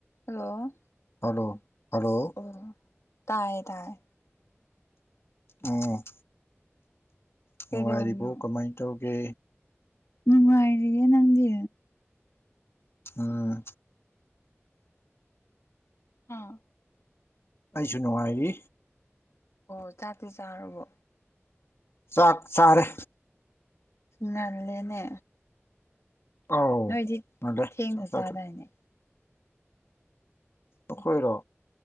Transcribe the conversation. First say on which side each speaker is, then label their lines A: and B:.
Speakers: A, on the left; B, on the left.
A: Hello
B: hello hello
A: ꯑꯣ ꯇꯥꯏꯌꯦ ꯇꯥꯏꯌꯦ
B: ꯑꯣ ꯅꯨꯡꯉꯥꯏꯔꯤꯕꯨ
A: ꯀꯩꯗꯧꯔꯤꯅꯣ
B: ꯀꯃꯥꯏ ꯇꯧꯒꯦ
A: ꯅꯨꯡꯉꯥꯏꯔꯤꯌꯦ ꯅꯪꯗꯤ
B: ꯑꯥ
A: ꯍꯥꯥ
B: ꯑꯩꯁꯨ ꯅꯨꯡꯉꯥꯏꯔꯤ
A: ꯑꯣ ꯆꯥꯛꯇꯤ ꯆꯥꯔꯕꯣ
B: ꯆꯥꯛ ꯆꯥꯔꯦ
A: ꯅꯜꯂꯦꯅꯦ
B: ꯑꯧ
A: ꯅꯣꯏꯗꯤ
B: ꯉꯜꯂꯦ
A: ꯊꯦꯡꯅ
B: ꯆꯥꯛ ꯆꯥꯊꯣꯛꯑꯦ
A: ꯆꯥꯗꯥꯏꯅꯦ
B: ꯑꯩꯈꯣꯏꯔꯣ